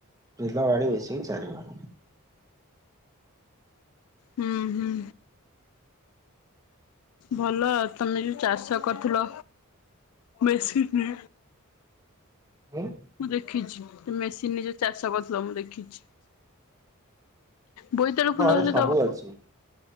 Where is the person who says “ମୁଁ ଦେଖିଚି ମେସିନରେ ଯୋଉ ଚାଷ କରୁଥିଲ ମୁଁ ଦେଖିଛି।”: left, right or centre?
Left